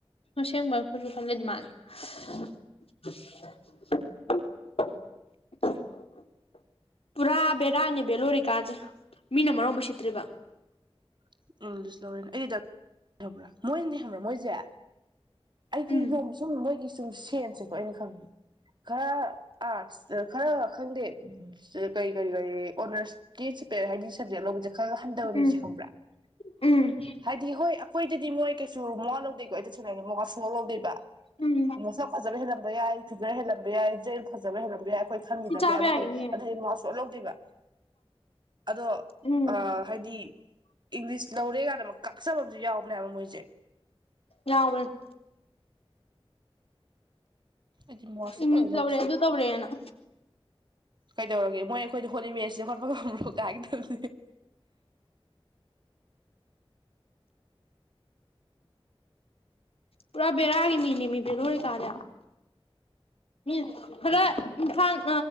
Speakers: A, on the left; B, on the right.
A: ꯑꯁꯦꯡꯕ ꯑꯩꯈꯣꯏꯖꯨ ꯈꯜꯂꯦ ꯑꯗꯨꯃꯥꯏꯅ <unintelligible> ꯄꯨꯔꯥ ꯕꯦꯔꯥꯅꯤ ꯕꯦꯂꯣꯔꯤꯀꯥꯖꯦ ꯃꯤꯅ ꯃꯔꯣꯝ ꯎꯁꯤꯠꯇ꯭ꯔꯤꯕ
B: <unintelligible> ꯃꯣꯏꯅꯗꯤ ꯈꯪꯕ꯭ꯔꯥ ꯃꯣꯏꯖꯦ ꯑꯩꯒꯤ
A: ꯎꯝ
B: ꯅꯣꯡꯃ ꯁꯨꯝ ꯃꯣꯏꯒꯤ ꯁꯨꯝ ꯁꯦꯟꯁꯦ ꯍꯣꯏ ꯑꯩꯅ ꯈꯪꯉꯦ ꯈꯔ ꯑꯥꯔꯠꯁ ꯈꯔ ꯈꯪꯗꯦ ꯎꯝ ꯀꯔꯤ ꯀꯔꯤ ꯀꯔꯤ ꯑꯣꯅꯔꯁꯀꯤ ꯁꯦꯄꯦꯠ ꯍꯥꯏꯗꯤ ꯁꯞꯖꯦꯛ ꯂꯧꯕꯖꯦ ꯈꯔ ꯍꯟꯗꯕ ꯃꯤꯖꯦ
A: ꯎꯝ
B: ꯈꯪꯕ꯭ꯔꯥ
A: ꯎꯝ
B: ꯍꯥꯏꯗꯤ ꯍꯣꯏ ꯑꯩꯈꯣꯏꯗꯗꯤ ꯃꯣꯏ ꯀꯩꯁꯨ ꯃꯋꯥ ꯂꯧꯗꯦꯀꯣ ꯑꯩ ꯇꯁꯦꯡꯅ ꯍꯥꯏꯒꯦ ꯃꯋꯥ ꯁꯨꯡꯂꯧ ꯂꯧꯗꯦꯕ
A: ꯎꯝ
B: ꯁꯛ ꯐꯖꯕ ꯍꯦꯜꯂꯝꯕ ꯌꯥꯏ ꯐꯤꯒꯔ ꯍꯦꯜꯂꯝꯕ ꯌꯥꯏ ꯖꯦꯜ ꯐꯖꯕ ꯍꯦꯜꯂꯝꯕ ꯌꯥꯏ ꯑꯩꯈꯣꯏ ꯈꯟꯒꯤꯗꯕ
A: ꯁꯤ ꯆꯥꯕ
B: ꯌꯥꯏ ꯑꯃꯜ
A: ꯌꯥꯒꯤꯅꯤꯌꯦ
B: ꯑꯗꯨꯗꯤ ꯃꯋꯥ ꯁꯣꯛꯂꯧ ꯂꯧꯗꯦꯕ ꯑꯗꯣ
A: ꯎꯝ
B: ꯑ ꯍꯥꯏꯗꯤ ꯏꯪꯂꯤꯁ ꯂꯧꯔꯦ ꯀꯥꯟꯗ ꯑꯃ ꯀꯥꯛꯆꯕ ꯑꯃꯖꯨ ꯌꯥꯎꯕꯅꯦꯕ ꯃꯣꯏꯁꯦ
A: ꯌꯥꯎꯕꯅꯦ
B: ꯑꯩꯗꯤ ꯃꯋꯥ ꯁꯨꯛꯂꯧꯍꯦꯛ
A: ꯏꯪꯂꯤꯁ
B: ꯂꯧꯗꯦ
A: ꯂꯧꯔꯦ ꯑꯗꯨ ꯇꯧꯔꯦꯅ
B: ꯀꯩꯗꯧꯔꯒꯦ ꯃꯣꯏ ꯑꯩꯈꯣꯏꯗ ꯍꯣꯠꯂꯤ ꯃꯦꯠꯁꯦ ꯍꯣꯠꯄ ꯉꯝꯕ꯭ꯔꯣ ꯀꯥꯏꯍꯥꯏꯒꯗꯝꯅꯤ
A: ꯄꯨꯔꯥ ꯕꯦꯔꯥꯒꯤ ꯃꯤꯅꯦꯃꯤ ꯕꯦꯔꯣꯔꯤꯀꯥꯔꯦ ꯎꯝ ꯍꯗ ꯏꯝꯐꯥꯜ